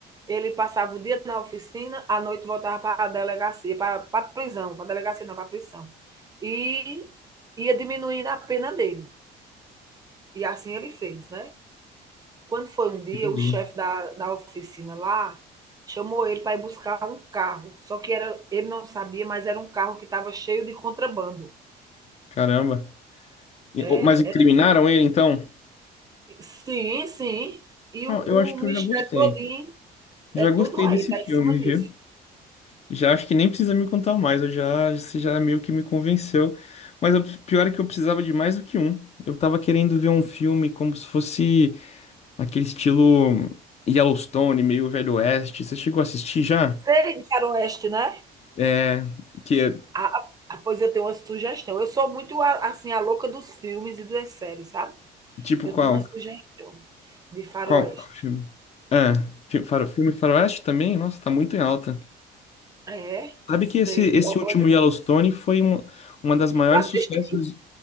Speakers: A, on the right; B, on the left.
A: ele passava o dia na oficina, à noite voltava para a delegacia, para a prisão, para a delegacia não, para a prisão. E ia diminuindo a pena dele. E assim ele fez, né? Quando foi um dia,
B: Entendi.
A: o chefe da, da oficina lá chamou ele para ir buscar um carro. Só que era, ele não sabia, mas era um carro que estava cheio de contrabando.
B: Caramba. E-
A: É,
B: oh, Mas incriminaram
A: era-
B: ele, então?
A: sim, sim. E
B: Ah,
A: o, o
B: eu acho que
A: mistério
B: eu já gostei.
A: todo
B: Já
A: É tudo
B: gostei
A: aí,
B: desse
A: tá
B: filme,
A: em cima
B: viu?
A: disso.
B: Já acho que nem precisa me contar mais, eu já, você já meio que me convenceu. Mas o pior é que eu precisava de mais do que um. Eu tava querendo ver um filme como se fosse aquele estilo Yellowstone, meio Velho Oeste. Você chegou a assistir já?
A: Sei de faroeste, né?
B: É, que é
A: Ah, ah, pois eu tenho uma sugestão. Eu sou muito, a- assim, a louca dos filmes e das séries, sabe?
B: tipo
A: Eu
B: qual?
A: tenho uma sugestão de faroeste.
B: Qual qual filme? Ah, fi- faro- filme Faroeste também? Nossa, tá muito em alta.
A: É,
B: Sabe
A: sei.
B: que esse, esse
A: O-
B: último
A: Olha,
B: Yellowstone foi um, uma das maiores
A: eu assisti.
B: sucessos.